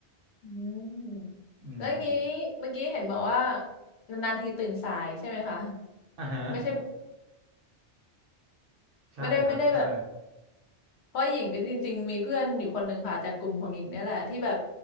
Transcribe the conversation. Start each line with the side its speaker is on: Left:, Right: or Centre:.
Left: อืมแล้วงี้เมื่อกี้เห็นบอกว่า
Right: อืม
Left: นานๆทีตื่นสายใช่ไหมคะ
Right: อ่าฮะ
Left: ไม่ใช่
Right: ใช่ครับใช่
Left: ไม่ได้ไม่ได้แบบเพราะหญิงก็จริงๆมีเพื่อนอยู่คนหนึ่งค่ะจากกลุ่มของหญิงเนี่ยแหละที่แบบ